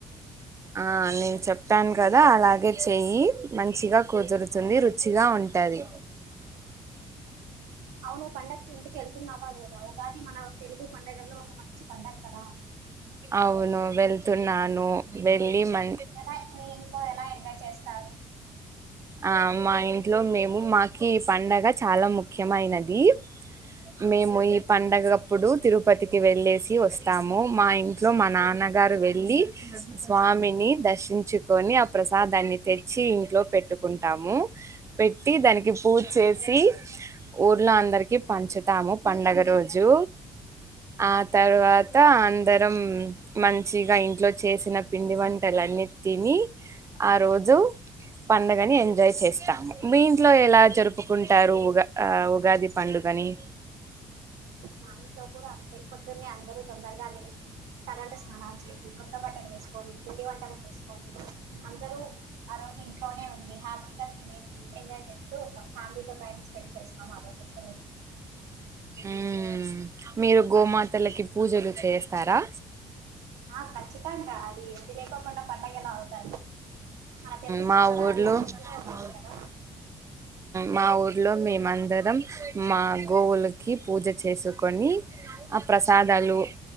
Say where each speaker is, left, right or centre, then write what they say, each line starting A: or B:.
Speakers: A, on the right; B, on the right.
A: ఆ నేను చెప్పాను కదా అలాగే చెయ్యి మంచిగా కుదురుతుంది రుచిగా ఉంటది
B: అవును పండగకి ఇంటికివేళ్తున్నావా లేదా గాని మన తెలుగు పండుగల్లో ఒక మంచి పండగ కదా
A: అవును వెళ్తున్నాను వెళ్ళి మన్
B: ఎలా మీ ఇంట్లో ఎలా ఎంజాయ్ చేస్తారు
A: ఆ మా ఇంట్లో మేము మాకి ఈ పండగ చాలా ముఖ్యమైనది మేము ఈ
B: ఓకే,
A: పండగ అప్పుడు తిరుపతికి వెళ్ళేసి వస్తాము మా ఇంట్లో మా నాన్నగారు వెళ్ళి స్వామిని దర్శించుకొని ఆ ప్రసాదాన్ని తెచ్చి ఇంట్లో పెట్టుకుంటాము పెట్టి దానికి పూజ చేసి ఊర్లో అందరికి పంచుతాము పండగ రోజు ఆ తర్వాత అందరం మంచిగా ఇంట్లో చేసిన పిండి వంటలున్నీ తిని ఆ రోజు పండుగని ఎంజాయ్ చేస్తాము మీ ఇంట్లో ఎలా జరుపుకుంటారు ఉగా ఉగాది పండుగని
B: మా ఇంట్లో కూడా అంతే కొద్ ని అందరు తొందరగా లేసి తలంటు స్నానాలు చేసి కొత్త బట్టలు వేసుకొని పిండి వంటలు చేసుకొని అందరూ ఆ రోజు ఇంట్లోనే ఉండి హ్యాపీగా తినేసి ఎంజాయ్ చేస్తూ ఉంటాం ఫ్యామిలీతో టైం స్పెండ్ చేస్తాం ఆ రోజు ఒక్క రోజు
A: ఉ మీరు గోమాతలకి పూజలు చేస్తారా
B: ఆ కచ్చితంగా అది అది లేకుండా పండగ ఎలా అవుతది మన తెలుగు సాంప్రదాయాలు
A: మా ఊర్లో
B: అవి కూడా
A: ఆ
B: ఒకటి కదా
A: మా ఊర్లో మేమందరం మా గోవులకి పూజ చేసుకొని ఆ ప్రసాదాలు